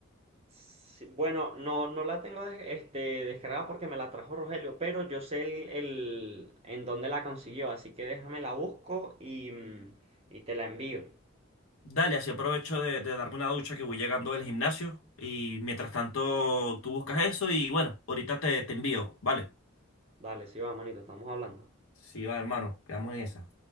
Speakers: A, on the right; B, on the left.
A: Sí, Bueno, no, no la tengo des- este, descargada porque me la trajo Rogelio, pero yo sé el, el- en dónde la consiguió, así que déjame la busco y, mm, y te la envío.
B: Dale, así aprovecho de, de darme una ducha que voy llegando del gimnasio y mientras tanto tú buscas eso y bueno, ahorita te, te envío, ¿vale?
A: Dale, sí va, manito, estamos hablando.
B: Sí, va, hermano, quedamos en esa.